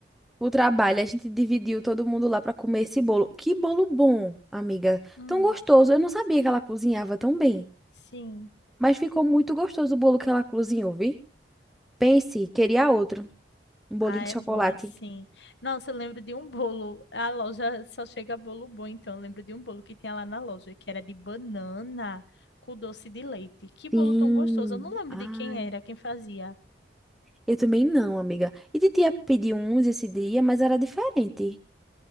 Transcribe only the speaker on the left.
hum,
sim.
Ah, é
bom assim. Nossa, eu lembro de um bolo. A loja só chega bolo bom, então eu lembro de um bolo que tinha lá na loja, que era de banana com doce de leite. Que bolo
tão gostoso. Eu não lembro
de quem era, quem fazia.